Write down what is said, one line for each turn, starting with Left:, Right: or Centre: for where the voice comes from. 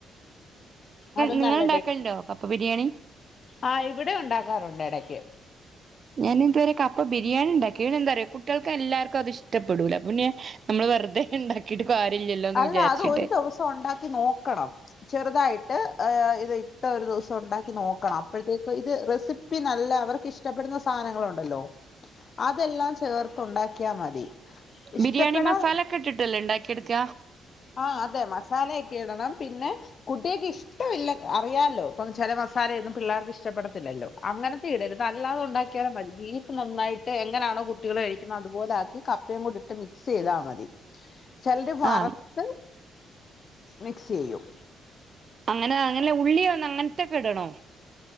Left: അത്
Right: നിങ്ങൾ
Left: നല്ല
Right: ഉണ്ടാക്കലുണ്ടോ കപ്പ ബിരിയാണി
Left: ആഹ് ഇവിടെ ഉണ്ടാക്കാറുണ്ട് എടക്ക്
Right: ഞാനിതു വരെ ബിരിയാണി ഉണ്ടാക്കി പിന്നെ എന്താറിയോ കുട്ടികൾക്ക് എല്ലാവർക്കും അതിഷ്ടപ്പെടൂല പിന്നെ നമ്മള് വെറുതെ ഉണ്ടാക്കി കിട്ട് കാര്യല്ലല്ലോ എന്ന്
Left: അല്ല
Right: വിചാരിച്ചിട്ട്
Left: അത് ഒരു ദിവസം ഉണ്ടാക്കി നോക്കണം ചെറുതായിട്ട് ഇത് ഇട്ട് ഒരു ദിവസം ഉണ്ടാക്കി നോക്കണം അപ്പോയ്തേക്കും ഇത് റെസി പ്പി നല്ല അവർക്ക് ഇഷ്ടപ്പെടുന്ന സാധനങ്ങളുണ്ടല്ലോ അതെല്ലാം ചേർത്ത് ഉണ്ടാക്കിയാൽ മതി ഇഷ്ടപ്പെടാൻ
Right: ബിരിയാണി മസാല ഒക്കെ ഇട്ടിട്ടല്ലേ ഉണ്ടാക്കിെയെടുക്ക
Left: ആ അതെ മസാലയൊക്കെ ഇടണം പിന്നെ കുട്ടികക്ക് ഇഷ്ടമില്ല അറിയാലോ ഇപ്പം ചില മസാലയും പിള്ളേർക്ക് ഇഷ്ടം പ്പെടത്തില്ലല്ലോ അങ്ങനത്തെ ഇടരുത് അല്ലാതെ ഉണ്ടാക്കിയാലും മതി ഈ നന്നായിട്ട് എങ്ങനാണോ കുട്ടികൾ കഴിക്കണം അതുപോലൊക്കി കപ്പയും കൂടി ഇട്ട് മിക്സ് ചെയ്താൽ മതി ചെലര് വറുത്ത്
Right: ആഹ്
Left: മിക്സ് ചെയ്യും
Right: അങ്ങനെ അങ്ങനെ ഉള്ളി വന്ന് അങ്ങനത്തെക്കെ ഇടണോ